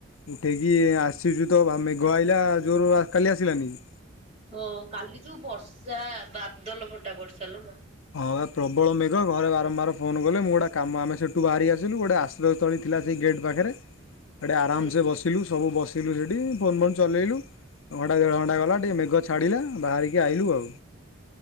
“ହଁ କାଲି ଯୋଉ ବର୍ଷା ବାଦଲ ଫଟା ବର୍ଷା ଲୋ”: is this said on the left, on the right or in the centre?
Right